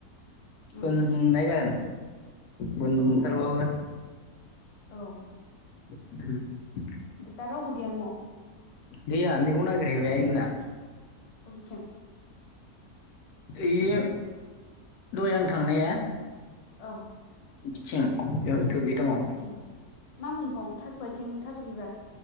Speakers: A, on the left; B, on the left.
A: उम
B: बोननाय जागोन बोन्थार
A: औ औ
B: बाबो
A: औ
B: ह
A: ओफाय दा रावबो गया नआव
B: गैया मैगं नागिरहैबाय आइमोना
A: मिथिं
B: ए दय आं‌ थांनाया
A: औ
B: बिथिं बेयाव दङ ओ
A: ए मा मैगं थास आथिं थास बिबार